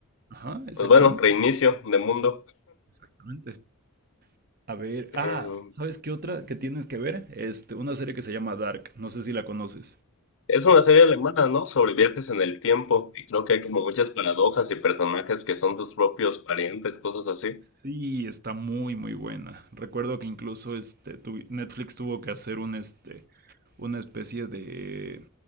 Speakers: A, on the right; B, on the left.
A: Ajá, exactamente,
B: Pues bueno, reinicio de mundo.
A: exactamente. A ver, ah,
B: Em,
A: ¿sabes qué otra que tienes que ver? Este, una serie que se llama Dark, no sé si la conoces.
B: Es una serie alemana, ¿no? Sobre viajes en el tiempo. Y creo que hay como muchas paradojas y personajes que son tus propios parientes, cosas así.
A: Sí, está muy muy buena. Recuerdo que incluso este tuvi- Netflix tuvo que hacer un este una especie de